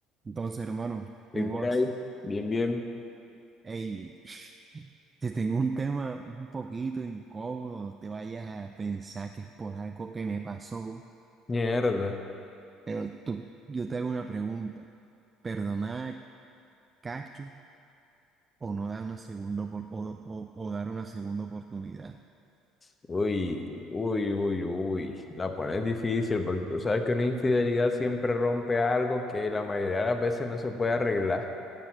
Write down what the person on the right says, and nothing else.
Entonces, hermano,
¿cómo
vas?
Ey, <laughs> te tengo un tema un poquito incómodo, no te vayas a pensar que es por algo que me pasó,
pero tú, yo te hago una pregunta. ¿Perdonar a Cacho o no dar una segunda opor- o, o- o dar una segunda oportunidad?